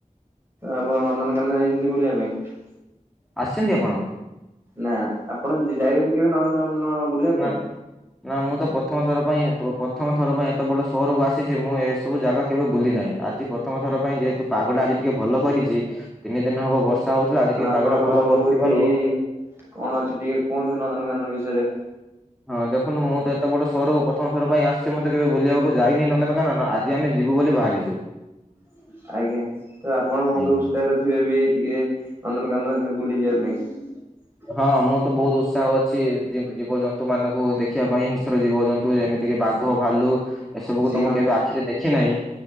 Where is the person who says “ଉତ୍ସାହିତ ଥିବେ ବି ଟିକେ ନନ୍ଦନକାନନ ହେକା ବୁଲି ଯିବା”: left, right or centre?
Right